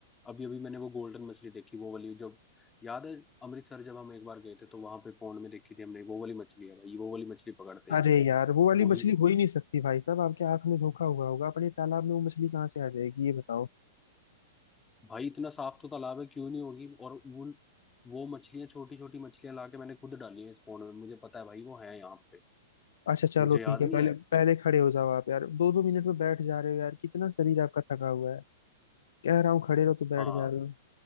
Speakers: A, on the left; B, on the left.
A: अभी अभी मैंने वो गोल्डन मछली देखी वो वाली जब याद है अमृतसर जब हम एक बार गए थे तो वहां पे पौंड में देखी थी हमने वो वाली मछली है भाई वो वाली मछली पकड़ते हैं
B: अरे यार वो वाली
A: वही
B: मछली हो ही नहीं सकती भाई साहब आपके आंख में धोखा हुआ होगा अपने तालाब में वो मछली कहाँ से आ जाएगी ये बताओ
A: भाई इतना साफ तो तालाब है क्यों नहीं होगी और वो वो मछलियां छोटी छोटी मछलियां लाके मैंने खुद डाली है इस पौंड में मुझे पता है भाई वो है यहाँ पे
B: अच्छा चलो
A: मुझे याद
B: ठीक है
A: नहीं
B: पहले
A: है
B: पहले खड़े हो जाओ आप यार दो दो मिनट में बैठ जा रहे हो यार कितना शरीर आपका थका हुआ है कह रहा हूँ खड़े रहो तो बैठ
A: हाँ
B: जा रहे हो